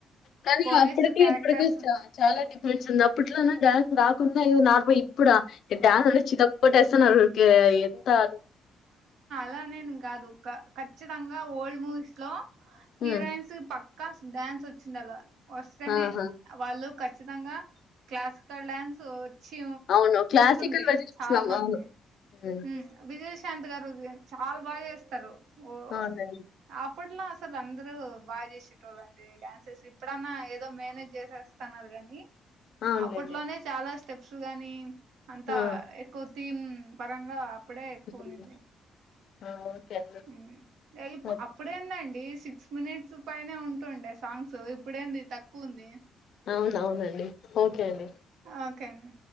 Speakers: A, on the left; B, on the right.
A: కానీ
B: పోలీసు
A: అప్పటికి
B: క్యారెక్టర్స్
A: ఇప్పటికి చ చాలా ఫస్ంది అప్పట్లోనే డ్యాన్స్ రాకుండా నార్మల్ ఇప్పుడా డ్యాన్స్ అ చితకోటసన్రుకి ఎంత అ
B: అలా నేను కాదు కా కఖచ్చితంగా ఓల్డ్ మూస్ లో హా
A: హ్మ్
B: హీరోయిన్స్ పక్క కాస్ డ్యాన్స్ వచ్చింది అలా వస్తేనే
A: ఆహా
B: వాళ్ళు ఖచ్చితంగా క్లాసికల్ డ్యాన్స్ వచ్చి
A: అవును క్లాసికల్
B: వె
A: వైపు చూస్తున్నాం
B: చాల మందికి
A: అవును హ్మ్
B: ఉమ్ విజ శాంతకారుగుంది చాలా బాగా చేస్తారు ఓ
A: అవునండి
B: ఆ అప్పట్లో అసలు అందరూ బాగా చేసేటోళ్ళండి డ్యాన్సెస్ ఇప్పుడన్నా ఏదో మేనేజ్ చేసేస్తున్నారు కాని
A: అవునులేండి
B: అప్పట్లోనే చాలాష్ట స్టెప్స్ గాని అంతా
A: ఆ
B: ఎక్కువ తిం పరంగా అప్పుడే ఎక్కువ
A: ఉమ్,
B: ఉడింది.
A: ఆ అండి
B: ఉమ్ అయిప్
A: ఓకే
B: అప్పుడేందండి సిక్స్ మినిట్స్ పైనే ఉంటుండే సాంగ్స్ ఇప్పుడేంది తక్కువ ఉంది
A: అవునవునండి. ఓకే అండి
B: ఓకే అండి.